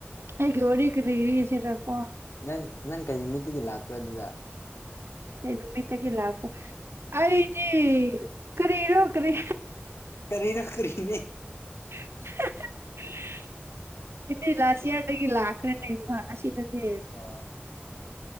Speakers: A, on the right (about 75°); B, on the left (about 80°).
A: ꯑꯩꯒꯤꯦꯔꯤ ꯀꯔꯤꯁꯤꯔꯀꯣ
B: ꯅꯪ ꯅꯪ ꯀꯩ ꯅꯨꯃꯤꯠꯇꯒꯤ ꯂꯥꯛꯄ꯭ꯔꯣ ꯑꯗꯨꯗ
A: ꯑꯩ ꯅꯨꯃꯤꯠꯇꯒꯤ ꯂꯥꯛꯄ ꯑꯩꯗꯤ ꯀꯔꯤꯔꯣ ꯀꯔꯤ
B: ꯀꯔꯤꯅ ꯀꯔꯤꯅꯦ
A: <unintelligible> ꯑꯗꯨꯗꯤ ꯂꯥꯁ ꯏꯌꯥꯔꯗꯒꯤ ꯂꯥꯛꯈ꯭ꯔꯦꯅꯦ ꯏꯝꯐꯥꯜ ꯑꯁꯤꯗꯗꯤ
B: ꯑ